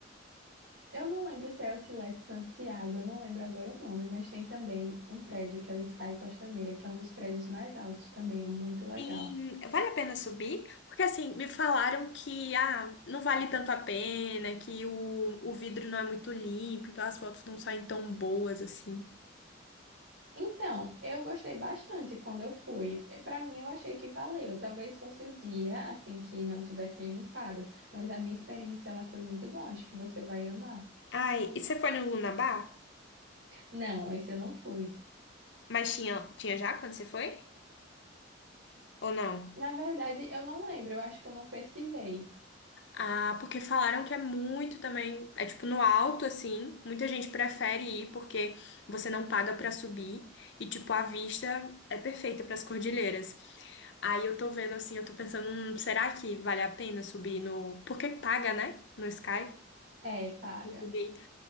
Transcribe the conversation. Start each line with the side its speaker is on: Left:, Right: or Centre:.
Right: Eu não lembro se é Outlet Santiago, eu não lembro agora o nome, mas tem também um prédio que é o Sky Costaneira, que é um dos prédios mais altos também, é muito legal.
Left: Sim, vale a pena subir? Porque assim, me falaram que ah, não vale tanto a pena, que o, o vidro não é muito limpo, então as fotos não saem tão boas assim.
Right: Então, eu gostei bastante quando eu fui. Para mim, eu achei que valeu. Talvez fosse o dia, assim, que não tivessem limpado, mas a minha experiência lá foi muito bom. Acho que você vai amar.
Left: Ai, e você foi no Lunabar?
Right: Não, esse eu não fui.
Left: Mas tinha, tinha já quando você foi? Ou não?
Right: Na verdade, eu não lembro, eu acho que eu não pesquisei.
Left: Ah, porque falaram que é muito também, é tipo no alto assim, muita gente prefere ir porque você não paga pra subir e tipo a vista é perfeita pras cordilheiras. Aí eu tô vendo assim, eu tô pensando, hum, será que vale a pena subir no, porque paga, né? No Sky.
Right: É, paga.
Left: pra subir.